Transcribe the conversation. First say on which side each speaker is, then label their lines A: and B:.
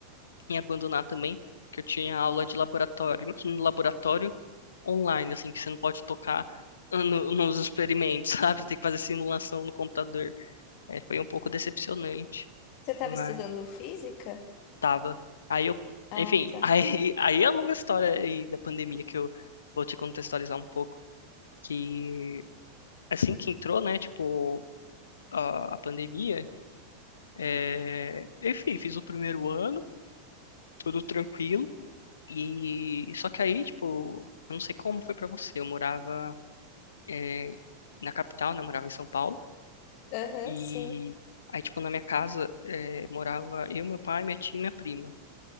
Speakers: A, on the left; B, on the left.
A: em abandonar também, que eu tinha aula de laboratório. Imagina um laboratório online, assim, que você não pode tocar no- nos experimentos, <laughs> sabe? Você tem que fazer simulação no computador. É, foi um pouco decepcionante,
B: Você estava
A: mas
B: estudando física?
A: tava. Aí eu,
B: Ah,
A: enfim,
B: tá.
A: <laughs> aí, aí é a longa história aí da pandemia que eu vou te contextualizar um pouco. Que assim que entrou, né, tipo, a, a pandemia, é, eu fiz o primeiro ano, tudo tranquilo, e só que aí, tipo, eu não sei como foi pra você, eu morava é, na capital, né, eu morava em São Paulo,
B: Aham,
A: e
B: sim,
A: aí, tipo, na minha casa é, morava eu, meu pai, minha tia e minha prima.